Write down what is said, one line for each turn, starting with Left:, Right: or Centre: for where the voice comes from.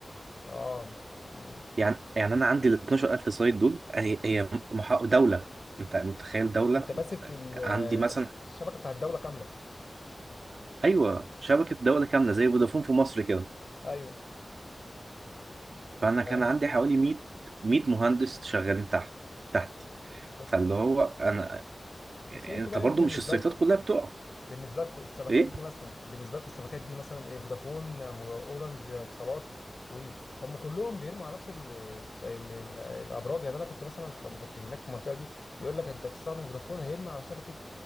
Left: اه مم.
Right: يعني يعني أنا عندي ال 12000 سايت دول هي هي محا... دولة أنت متخيل دولة
Left: انت ماسك ال-
Right: عندي مثلا
Left: الشبكه بتاع الدوله كامله
Right: ايوه شبكه دوله كامله زي فودافون في مصر كده
Left: ايوه
Right: فانا
Left: فهمت
Right: كان عندي
Left: فهمت
Right: حوالي 100 100 مهندس شغالين تحت تحتي
Left: مم. بس
Right: فاللي هو انا انت
Left: بس انتوا بقى
Right: برضو
Left: انتوا بالنسبه
Right: مش السيطات
Left: لكم
Right: كلها بتقع
Left: بالنسبه لكم الشبكات
Right: ايه
Left: دي مثلا بالنسبه لكم الشبكات دي مثلا ايه فودافون آه، اورنج آه، اتصالات وهم كلهم بيرموا على نفس ال الش- ال ال الابراج يعني انا كنت مثلا فما كنت هناك في المنطقه دي يقول لك انت هتستخدم فودافون هيرمي على شبكه